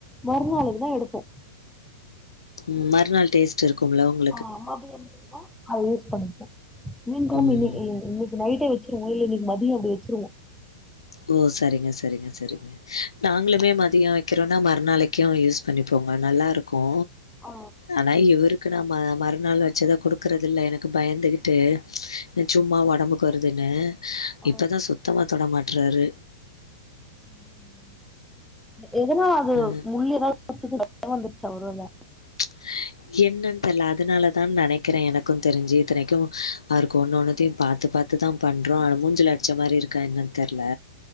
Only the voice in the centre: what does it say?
மறுநாளுக்கு தா எடுப்போ
ஆ அம்மா <unintelligible> அத யூஸ் பண்ணிப்போம் மீன் குழம்பு
<unintelligible> நைட்டே வச்சிருவோ இல்ல இன்னைக்கே மதியம் அப்படி வச்சிருவோம்
ஆ
ஆ
ம் எதனாலா அது
முள்ளு ஏதாவது குத்தி இரத்தம் வந்துருச்சா ஒரு வேள